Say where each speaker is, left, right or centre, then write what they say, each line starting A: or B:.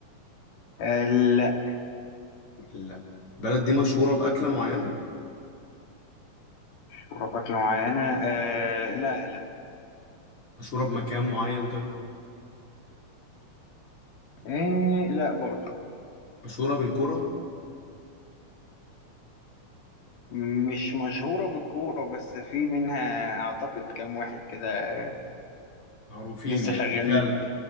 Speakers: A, on the left; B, on the left.
A: آه لا
B: لا البلد دي مشهورة بأكلة معينة
A: شربات معينة آه لا لا
B: مشهورة بمكان معين طيب
A: آه لا برضه
B: مشهورة بالكرة
A: مش مشهورة بالكورة بس في منها أعتقد كام واحد كده آه،
B: معروفين
A: لسه
B: يعني
A: شغالين
B: فعلا